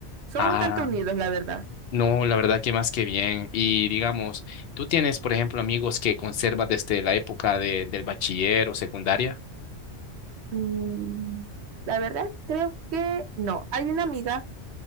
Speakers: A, on the right (about 75°); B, on the left (about 65°).
A: Somos
B: Ah,
A: bastante unidos, la verdad.
B: no, la verdad que más que bien. Y digamos, ¿tú tienes, por ejemplo, amigos que conservas desde la época de- del bachiller o secundaria?
A: Mm, La verdad, creo que no. Hay una amiga